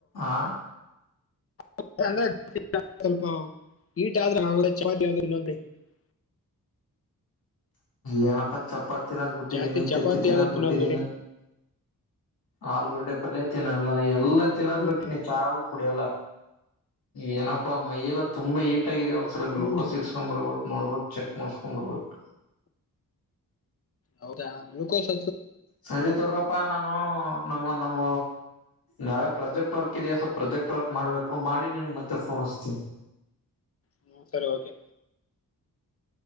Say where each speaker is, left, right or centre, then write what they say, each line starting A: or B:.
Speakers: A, on the left; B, on the left.
A: ಆ
B: <unintelligible>
A: ಏನಪ್ಪ ಚಪ್ಪತ್ ತಿನೋದ್ ಬಿಟ್ಟಿದ್ದೀನಿ
B: ಜಾಸ್ತಿ
A: ಇತ್ತ
B: ಚಪಾತಿ
A: ಇತ್ತಿ ತಿನೋದ್
B: ಆದ್ರೂ ತಿನ್ನೋದ್
A: ಬಿಟ್ಟಿದ್ದೀನಿ
B: ಬಿಡಿ
A: ಆಲೂಗಡ್ಡೆ ಪಲ್ಯ ತಿನ್ನಲ್ಲ ಎಲ್ಲಾ ತಿನ್ನೋದ್
B: ಹ್ಮ್
A: ಬಿಟ್ಟ ನೀ ಚಾಹ ಕುಡಿಯಲ್ಲ ಏನಪ್ಪಾ ಮೈಯೆಲ್ಲ ತುಂಬಾ ಹೀಟ್ ಆಗಿದೆ ಒಂದ್ಸಲ ಗ್ಲುಕೋಸ್
B: ಹ್ಮ್
A: ಇರ್ಸ್ಕೊಂಡ್ ಬರ್ಬತ್ ನೋಡ್ಬೋು ಚೆಕ್ ಮಾಡಸ್ಕೊಂಡ್ ಬರ್ಬೇಕು
B: ಹೌದಾ ಗ್ಲಲುಕೋಸ್
A: ಸರಿ ತಗಪ್ಪಾ ನಾನು ನಮ್ಮ ನಮ್ಮ ನಾಳೆ ಪ್ರಾಜೆಕ್ಟ್ ವರ್ಕ್ ಇದೆಯ ಸೊ ಪ್ರಾಜೆಕ್ಟ್ ವರ್ಕ್ ಮಾಡ್ಬೇಕು ಮಾಡಿ ನಿನ್ ಮತ್ತೆಫೋನ್ ಹೊಿಸ್ತೀನಿ ಹ್ಮ
B: ಹ್ಮ ಸರಿ ಓಕೆ